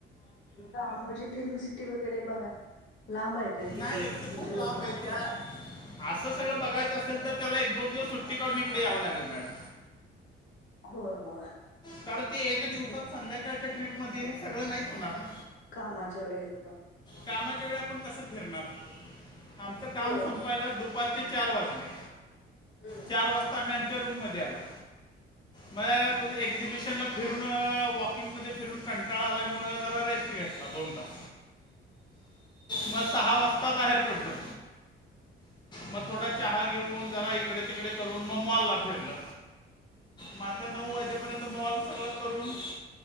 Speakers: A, on the left; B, on the left.
A: रामोजी फिल्म सिटी वगैरे बघा लांब आहे काय तिथून
B: नाही
A: तुमच
B: ते खूप लांब
A: लोकेशन
B: आहे त्या
A: पासून
B: असं सगळं बघायच असेल तर त्याला एक दोन दिवस सुट्टी काढून इकडे यावं लागेल मॅडम
A: हो होय
B: कारण ते एक दिवसात
A: हे
B: संध्याकाळच्या ट्रिप मध्ये हे सगळं नाहीच होणार ना
A: कामाच्या वेळ येतून
B: कामाच्या वेळी आपण कस फिरणार आमच काम
A: होय
B: संपायला
A: हो
B: दुपार ते चार वाजले
A: हम्म
B: चार वाजता आम्ही आमच्या रूममध्ये आलो म एक एक्झिबिशनला फिरून वॉकिंगमध्ये फिरून कंटाळा आल्यामुळ जरा रेस्ट घेतला दोन तास
A: <inaudible>
B: मग सहा वाजता बाहेर पडलो मग थोडा चहा घेऊन जरा इकडे तिकडे करून मग मलला फिरलं म आता नऊ वाजेपर्यंत मॉल सगळं करून